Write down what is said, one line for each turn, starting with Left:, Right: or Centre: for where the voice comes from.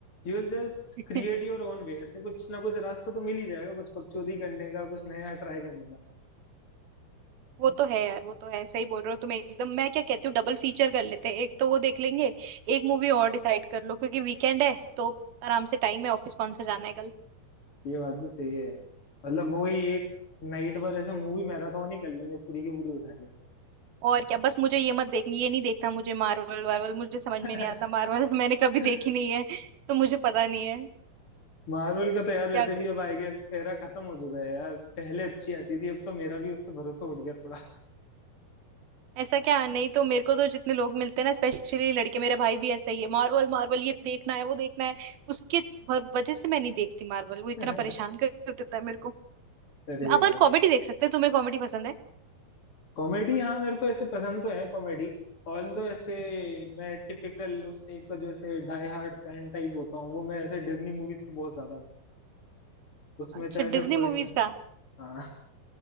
Left: you will just
Right: <laughs>
Left: create your own way ऐसे कुछ ना कुछ रास्ता तो मिल ही जाएगा कुछ पगचौदी करने का कुछ नया ट्राई करने का
Right: वो तो है यार वो तो है सही बोल रहे हो तुम एकदम मैं क्या कहती हूँ डबल फीचर कर लेते हैं एक तो वो देख लेंगे एक मूवी और डिसाइड कर लो क्योंकि वीकेंड है तो आराम से टाइम है ऑफिस कौन सा जाना है कल
Left: ये बात भी सही है यार। मतलब वही एक नाइट भर ऐसे मूवी मैराथन ही कर लेंगे पूरी की पूरी उठा
Right: और क्या बस मुझे ये मत देख ये नहीं देखना मुझे मार्वल वार्वल मुझे समझ
Left: के
Right: में नहीं आता मार्वल <laughs> मैंने कभी
Left: <laughs>
Right: देखी नहीं है तो मुझे पता नहीं है
Left: मार्वल का तो यार वैसे
Right: क्या कर...
Left: भी अब आई गेस एरा खत्म हो चुका है यार पहले अच्छी आती थी अब तो मेरा भी उससे भरोसा उठ गया थोड़ा
Right: ऐसा क्या नहीं तो मेरे को तो जितने लोग मिलते हैं ना स्पेशली लड़के मेरे भाई भी ऐसा ही है मार्वल मार्वल ये देखना है वो देखना है उसके भर- वजह से मैं नहीं देखती मार्वल वो इतना
Left: <laughs>
Right: परेशान कर कर देता है मेरे को
Left: अरे
Right: अपन
Left: यार
Right: कॉमेडी देख सकते हैं तुम्हें कॉमेडी पसंद है
Left: कॉमेडी हाँ मेरे को ऐसे पसंद तो है कॉमेडी ऑल दो ऐसे मैं टिपिकल उस टाइप का जो ऐसे डाई हार्ड फैन टाइप होता हूँ वो मैं ऐसे डिज्नी मूवीज को बहुत ज्यादा हूँ उसमें
Right: अच्छा
Left: चाहे फिर
Right: डिज्नी
Left: कोई
Right: मूवीज
Left: से
Right: का
Left: हाँ